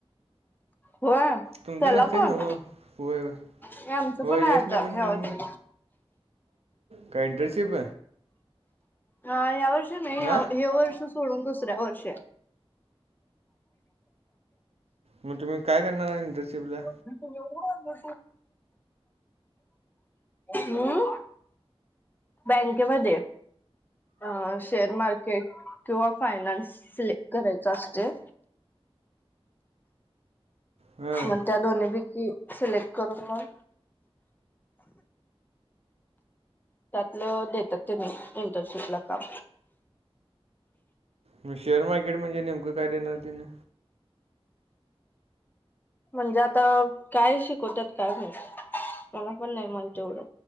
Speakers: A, on the left; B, on the right.
A: होय
B: तुमच
A: त्याला
B: नसतील
A: पण
B: न्हव, व्हय व्हय.
A: हे आमचं
B: हो
A: पण
B: येश
A: आहे आता
B: ना पण,
A: ह्या वर्षी
B: काय इंटर्नशिप?
A: ह ह्या वर्ष नाही,
B: हां
A: हे वर्ष सोडुन दुसऱ्या वर्ष
B: मग तुम्ही काय करणारा इंडरशिप ला?
A: <unintelligible> हम् बँकेमध्ये! अ शेअर मार्केट किंवा फायनान्स सिलेक्ट करायचा असते.
B: हां
A: मग त्या दोन्ही पैकी सिलेक्ट करून मग. त्यातलं देतात त्यांनी, इंटर्नशिप ला काम.
B: मग शेअर मार्केट म्हणजे नेमक काय देणार तिने?
A: म्हणजे आता काय शिकवतात काय माहीत, मला पण नाही माहिती एवढं.